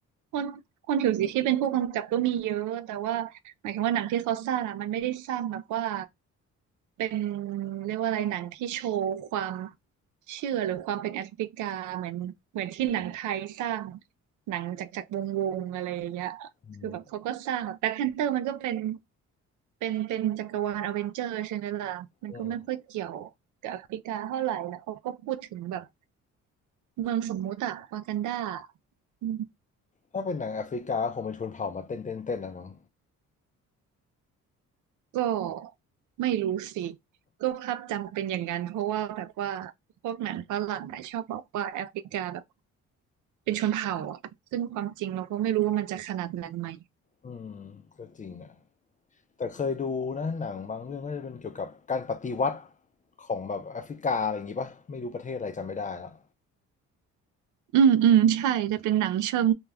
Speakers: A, on the right; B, on the left.
A: คนคนผิวสีที่เป็นผู้กำกับก็มีเยอะแต่ว่าหมายถึงว่าหนังที่เขาสร้างอ่ะมันไม่ได้สร้างแบบว่าเป็นเรียกว่าอะไรหนังที่โชว์ความเชื่อหรือความเป็นแอฟริกาเหมือนเหมือนที่หนังไทยสร้างหนังจากจากวงวงอะไรอย่างเงี้ยคือแบบเขาก็สร้างแบบแบล็คแพนเตอร์มันก็เป็น
B: อืม
A: เป็นเป็นจักรวาลอเวนเจอร์ใช่ไหมล่ะมันก็ไม่ค่อยเกี่ยวกับแอฟริกาเท่าไหร่แล้วเขาก็พูดถึงแบบ
B: อืม
A: เมืองสมมุติอะวากันดาอืม
B: ถ้าเป็นหนังแอฟริกาคงเป็นชนเผ่ามาเต้นเต้นเต้นนะมั้ง
A: ก็ไม่รู้สิก็ภาพจำเป็นอย่างนั้นเพราะว่าแบบว่าพวกหนังฝรั่งอะชอบบอกว่าแอฟริกาแบบเป็นชนเผ่าอะซึ่งความจริงเราก็ไม่รู้ว่ามันจะขนาดนั้นไหม
B: อืมก็จริงอ่ะ แต่เคยดูนะหนังบางเรื่องก็จะเป็นเกี่ยวกับการปฏิวัติของแบบแอฟริกาอะไรอย่างงี้ปะไม่รู้ประเทศอะไรจำไม่ได้แล้ว
A: อืมอืมใช่ จะเป็นหนังเชิง